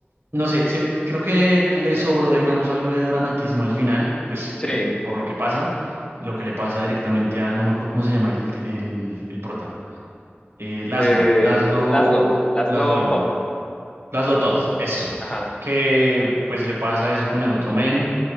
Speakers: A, on the right; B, on the left.
A: no sé, cier- creo que le sobró, digamos, algo de dramatismo al final, pues
B: Sí,
A: por lo que pasa, lo que le pasa directamente a, no me acuerdo cómo se llama el, el, el prota. eh, Laszlo,
B: eh,
A: Laszlo,
B: Laszlo, Laszlo
A: Laszlo algo,
B: Toth.
A: ¿no? Laszlo Todd, eso,
B: Ajá,
A: que pues le pasa eso con el otro men.